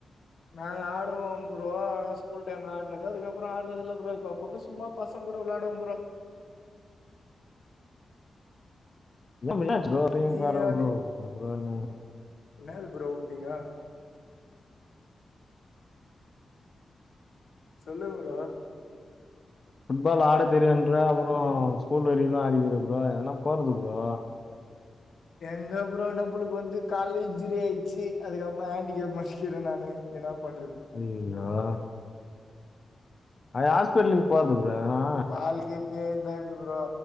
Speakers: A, on the left; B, on the left.
A: நாங்க ஆடுவோ ப்ரோ ஆன ஸ்கூல் டைம்ல ஆடுனது அதுக்கப்புற ஆடுறது இல்லா ப்ரோ இப்பப்ப சும்மா பசங்க க கூட விளாடுவோ ப்ரோ
B: என்னம் என்னாச்சு ப்ரோ திரும்பி
A: நீங்க
B: பாருக ப்ரோ
A: நீ
B: என்ன ப்ரோ நீங்க
A: என்னது ப்ரோ உட்டீங்க சொல்லு ப்ரோ
B: ஃபுட்பால் ஆட தெரியுன்ற அப்புற ஸ்கூல் வரையு தா ஆடிக்கிற ப்ரோ என்னா போறது ப்ரோ
A: எங்க ப்ரோ நம்புளுக்கு வந்து கால்ல இன்சூரி ஆயிச்சு அதுக்கப்புற ஹேண்டிகேப் மாரிக்கிறே நானு என்னா பண்றது
B: அய்யயோ அ ஹாஸ்பிட்லுக்கு போறது ப்ரோ எங்கன
A: வாழ்க்கை இப்டியே இருந்தா எப்டி ப்ரோ